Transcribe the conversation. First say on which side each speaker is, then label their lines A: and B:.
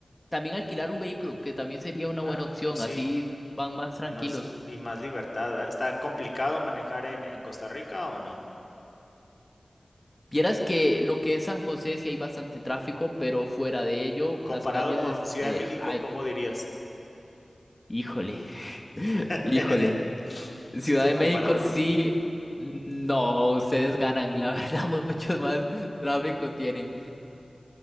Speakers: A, on the left (about 20°); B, on the left (about 45°).
A: también alquilar un vehículo que también sería una buena
B: Ah,
A: opción,
B: pues sí.
A: así van más tranquilos.
B: Nos... Y más libertad, ¿verdad? ¿Está complicado manejar en, en Costa Rica o no?
A: Vieras que lo que es San José sí hay bastante tráfico, pero fuera de ello,
B: Comparado
A: las calles,
B: con
A: es-
B: Ciudad
A: eh,
B: de México,
A: ay,
B: ¿cómo dirías?
A: híjole, <laughs>
B: <laughs>
A: híjole. Ciudad
B: si se
A: de
B: compara
A: México
B: o no.
A: sí, no, ustedes ganan, la verdad, <laughs> mucho más tráfico tienen.